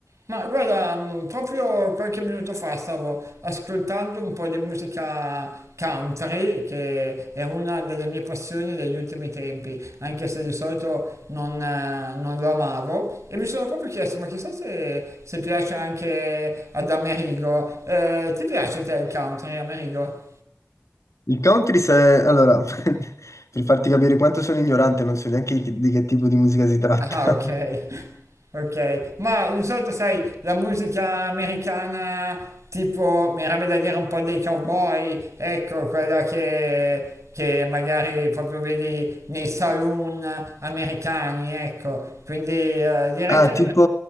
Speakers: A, on the right (about 90°); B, on the left (about 85°).
A: Ma guarda, mh, proprio qualche minuto fa stavo ascoltando un po' di musica country, che è una delle mie passioni degli ultimi tempi, anche se di solito non, eh, non lo amavo, e mi sono proprio chiesto, ma chissà se, se piace anche ad Amerigo. Eh, ti piace te il country, Amerigo?
B: Il country, se... allora, <laughs> per farti capire quanto sono ignorante, non so neanche chi- di che tipo di musica si tratta.
A: Ah, ok,
B: <laughs>
A: ok. Ma di solito, sai, la musica americana, tipo, mi avrebbe da dire un po' dei cowboy, ecco, quella che, che magari proprio vedi nei saloon americani, ecco. Quindi eh, direi
B: Ah,
A: che...
B: tipo